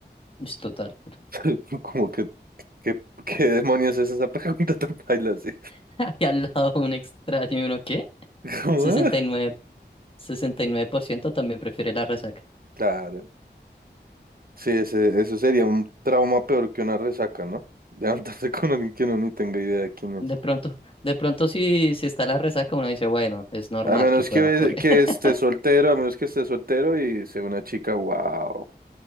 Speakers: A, on the left (about 30°); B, on the right (about 55°).
A: Es total.
B: <laughs> Como que ¿Qué, qué demonios es esa pregunta tan paila? Sí.
A: <laughs> Y al lado un extraño y uno, ¿qué?
B: <laughs> ¿Cómo?
A: Sesenta sesenta y y nueve, sesenta y nueve por ciento también prefiere la resaca.
B: Claro. Sí, ese, eso sería un trauma peor que una resaca, ¿no? Levantarse <laughs> con alguien que no ni tenga idea de quién es.
A: De pronto, de pronto si, si está la resaca, uno dice, bueno, es normal
B: A menos
A: que pueda
B: que,
A: ocurrir.
B: que
A: <laughs>
B: esté soltero, a menos que esté soltero y sea una chica, wow.